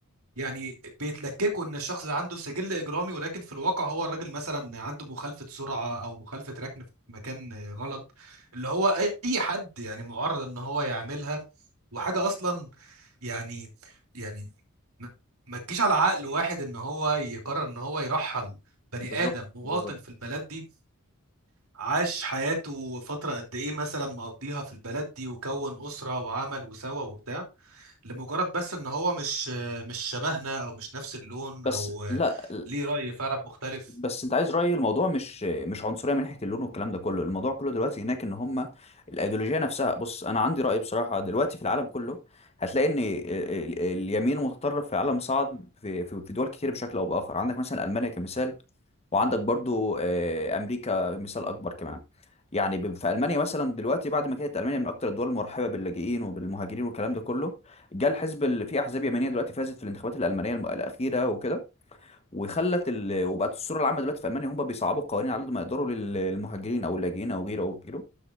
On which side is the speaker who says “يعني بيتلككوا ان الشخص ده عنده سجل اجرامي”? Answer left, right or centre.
Right